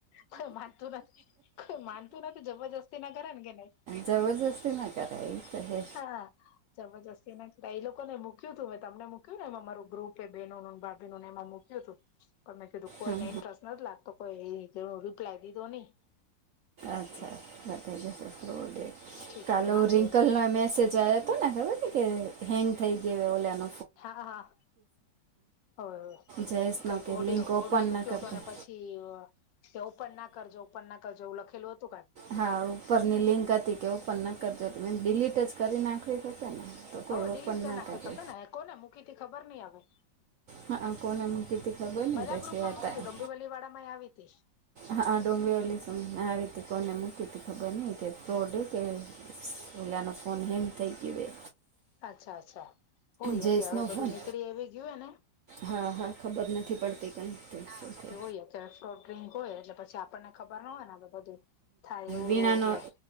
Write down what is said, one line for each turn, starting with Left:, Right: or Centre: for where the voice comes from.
Left: કોઈ માનતું નથી. તો માનતું નથી જબરજસ્તી ના કરે ને કે નને,
Right: જબરજસ્તી ના કરાય ઈ તો હે
Left: હા. જબરજસ્તી એ ના એ લોકો ને મૂક્યું હતું મેં તમને મૂક્યું ને એમાંરરો ગ્રુપ એ બ બેનો ભાભીનુંને એમાં મૂ્યું ું પણ મેં કીધું કોઈને
Right: હા
Left: ઇન્ટરેસ્ટ નથી લાગતો કોઈ એ રિપ્લાય દીધો નહી.
Right: અચ્છા
Left: હ
Right: બતા જશેે
Left: ઠીક
Right: કાલ
Left: છે વાંધો
Right: રિન્કલ ન મેસેજ આવ તો ને ખબર છે કે હેંગ થઈ ગયો ઓલા ન.
Left: હા હા હો
Right: જયેશ
Left: કઈક
Right: ન કે
Left: ઓડિયો
Right: લિંક ઓપન
Left: ઓડિયો મૂક્યો
Right: ના કરતા
Left: હતો અને પછી તે ઓપન ના કરજે ઓપન ના કરજે એવું લખેલું હતું ક
Right: હા ઉપરની લિંક હતી કે ઓપન ના કરજો તમે ડીલીટ જ કરી નાખવી હશે ને. તો કોઈ
Left: હવે ડડીલીટ
Right: ઓપન
Left: કરી
Right: ના
Left: નાખવી
Right: કરે
Left: ખપે ને કોને મૂકીથી ખબર નહી આવે.
Right: હા કોને મૂકી હતી ખબર નહી
Left: બધા
Right: પછી
Left: ગ્રુપ માં
Right: આ
Left: મૂકી દી ડોમ્બીવલી વાળા આવી હતી.
Right: હા ડુંગીવાલી સમ આ રતે કોને મૂકી હતી ખબર નઈ કે ફ્રોડ કે. બ લને ફોન નને થઈ ગ ભય.
Left: અચ્છા અચ્છા, હોય
Right: જયેશનો
Left: કે હવે બધું
Right: ફોન
Left: નીકળી એ ગયું હ ને.
Right: હા હા ખબર નથી પડતી કંઈ ઓ.
Left: ફ્રો ડ્રિંક હોય એટલે પછી આપણને ખબર ના હોય ને બધું. થાય એવું
Right: વીણાનો
Left: રૂ એટલે